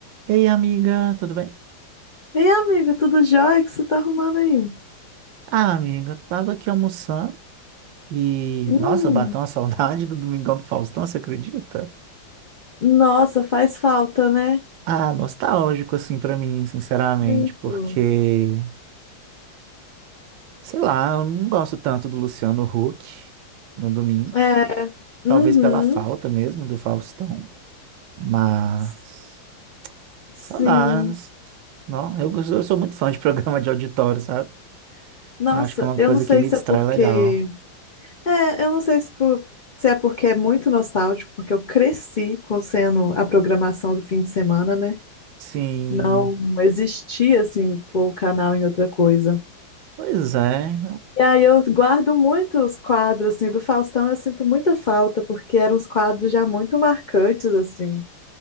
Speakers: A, on the right; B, on the left.
A: Ei, amiga, tudo bem?
B: Ei, amigo, tudo jóia? O que você tá arrumando aí?
A: Ah, amiga, eu tava aqui almoçando e,
B: Hum,
A: nossa, bateu uma <laughs> saudade do Domingão do Faustão, você acredita?
B: nossa, faz falta, né?
A: Ah, nostálgico, assim, pra mim, sinceramente,
B: Muito.
A: porque, sei lá, eu não gosto tanto do Luciano Huck no domingo,
B: É, uhum,
A: talvez pela falta mesmo do Faustão, mas
B: s- sim.
A: saudades. Não, eu, gosto- eu sou muito fã de <laughs> programa de auditório, sabe?
B: Nossa,
A: Acho que é uma
B: eu
A: coisa
B: não sei
A: que me
B: se
A: distrai
B: é porque.
A: legal.
B: É, eu não sei se, por- se é porque é muito nostálgico, porque eu cresci com sendo a programação do fim de semana, né?
A: Sim,
B: Não existia, assim, pôr o canal em outra coisa.
A: pois é.
B: E aí eu guardo muito os quadros, assim, do Faustão eu sinto muita falta, porque eram uns quadros já muito marcantes, assim.